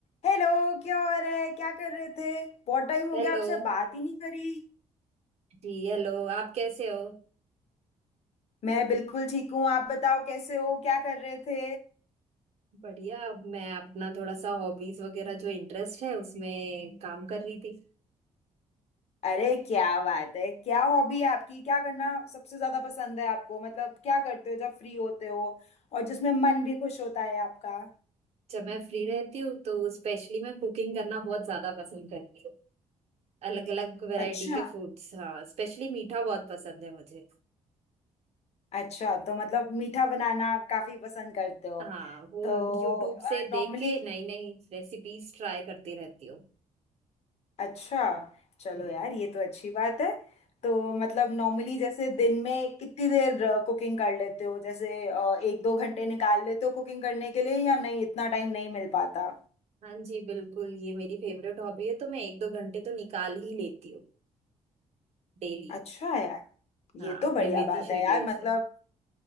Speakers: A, on the left; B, on the right.
A: हेलो क्या हो रहा है क्या कर रहे थे बहुत टाइम हो
B: Hello
A: गया आपसे बात ही नहीं करी
B: जी hello आप कैसे हो
A: मैं बिल्कुल ठीक हूँ आप बताओ कैसे हो क्या कर रहे थे
B: बढ़िया अब मैं अपना थोड़ा सा हॉबीज वगैरह जो इंटरेस्ट है उसमें काम कर रही थी
A: अरे क्या बात है क्या हॉबी है आपकी क्या करना सबसे ज्यादा पसंद है आपको मतलब क्या करते हो जब फ्री होते हो और जिसमें मन भी खुश होता है आपका
B: जब मैं फ्री रहती हूँ तो स्पेशली मैं कुकिंग करना बहुत ज्यादा पसंद करती हूँ अलग अलग वैरायटी
A: अच्छा
B: के फूड्स हाँ स्पेशली मीठा बहुत पसंद है मुझे
A: अच्छा तो मतलब मीठा बनाना काफी पसंद करते हो
B: हाँ वो
A: तो
B: यूट्यूब से देख
A: नॉर्मली
B: के नई नई रेसिपीज ट्राई करती रहती हूँ
A: अच्छा चलो
B: हम्म
A: यार ये तो अच्छी बात है तो मतलब नॉर्मली जैसे दिन में कितनी देर कुकिंग कर लेते हो जैसे अ, एक दो घंटे निकाल लेते हो कुकिंग करने के लिए या नहीं इतना टाइम नहीं मिल पाता
B: हाँ जी बिल्कुल ये मेरी फेवरेट हॉबी है तो मैं एक दो घंटे तो निकाल ही लेती हूँ डेली
A: अच्छा यार
B: हाँ
A: ये तो
B: अपने
A: बढ़िया
B: बिजी
A: बात
B: शेड्यूल
A: है यार मतलब
B: से